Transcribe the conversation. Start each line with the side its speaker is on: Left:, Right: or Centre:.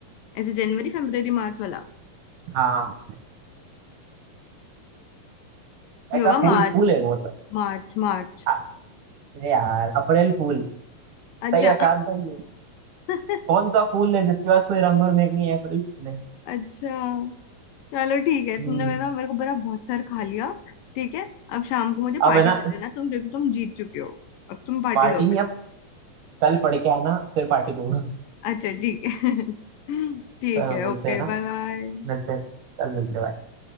Left: ऐसे जनवरी फरवरी मार्च वाला
Right: हाँ
Left: ये
Right: ऐसा
Left: होगा
Right: फूल
Left: मार्च
Right: फूल है वो मतलब
Left: मार्च मार्च
Right: आ- अरे यार अप्रैल फूल
Left: अच्छा
Right: सही आसान था ये
Left: <laughs>
Right: कौन सा फूल है जिसके पास कोई रंग और महक नहीं है अप्रैल फूल है
Left: अच्छा चलो ठीक है
Right: हम्म,
Left: तुमने मेरा मेरे को बड़ा बहुत सार खा लिया ठीक है अब शाम को मुझे
Right: अब
Left: पार्टी
Right: है ना
Left: दे देना तुम क्योंकि तुम जीत चुके हो अब तुम पार्टी
Right: पार्टी
Left: दोगे
Right: में या कल पढ़ के आना फिर पार्टी दूंगा
Left: अच्छा ठीक है <laughs> ठीक
Right: चलो
Left: है
Right: मिलते
Left: ओके
Right: हैं ना
Left: बाय बाय
Right: मिलते हैं कल मिलते हैं भाई।